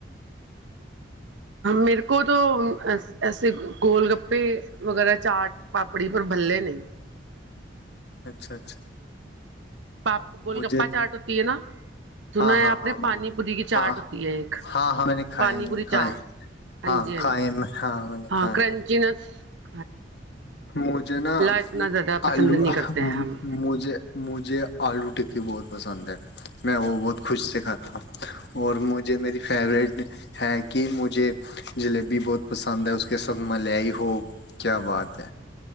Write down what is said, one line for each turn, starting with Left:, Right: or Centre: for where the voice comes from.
Right: میرے کو تو ایسے گول گپے وغیرہ چاٹ پاپڑی پر بھلے نہیں
Left: اچھا اچھا
Right: پاپ گول
Left: مجھے
Right: گپا چاٹ ہوتی ہے نا سنا
Left: ہاں ہاں
Right: ہے آپ
Left: ہاں
Right: نے پانی پوری کی چاٹ
Left: ہاں
Right: ہوتی ہے ایک
Left: ہاں ہاں میں نے کھائے
Right: پانی
Left: ہیں، میں
Right: پوری
Left: نے کھائے
Right: چاٹ
Left: ہیں
Right: ہاں جی ہاں
Left: کھائے
Right: جی
Left: میں میں نے
Right: ہاں
Left: کھائے
Right: کرنچ ن
Left: مجھے نا
Right: اتنا زیادہ پسند
Left: آلو
Right: نہیں کرتے
Left: مھے
Right: ہیں ہم
Left: مجھے آلو ٹ کہ بہت پسند ہے میں وہ بہت خوش سے کھاتا ہوں اور مجھے میری فیوریٹ ہے کہ مجھے جلیبی بہت پسند ہے اس کے ساتھ ملئی ہو کیا بات چ